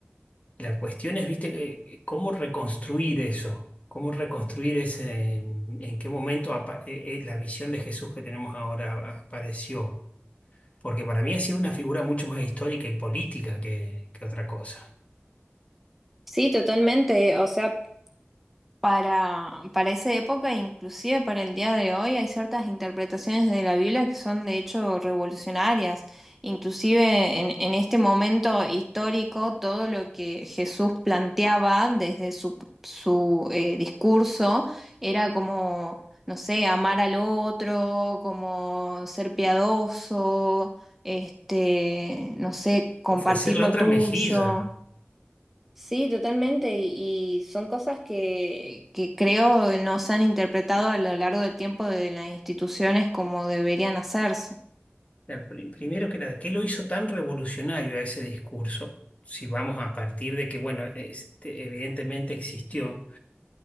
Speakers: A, on the left (about 35°); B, in the centre.
A: La cuestión es, viste, que- cómo reconstruir eso, cómo reconstruir ese, en, en qué momento apa- eh, eh, la visión de Jesús que tenemos ahora apareció. Porque para mí ha sido una figura mucho más histórica y política que, que otra cosa.
B: Sí, totalmente. O sea, para, para esa época, inclusive para el día de hoy, hay ciertas interpretaciones de la Biblia que son de hecho revolucionarias. Inclusive en, en este momento histórico, todo lo que Jesús planteaba desde su, su eh, discurso era como, no sé, amar al otro, como ser piadoso, este, no sé, compartir
A: Ofrecer la
B: lo
A: otra
B: tuyo.
A: mejilla.
B: Sí, totalmente. Y, y son cosas que, que creo no se han interpretado a lo largo del tiempo de las instituciones como deberían hacerse.
A: El pri- Primero que nada, ¿qué lo hizo tan revolucionario a ese discurso? Si vamos a partir de que, bueno, este, evidentemente existió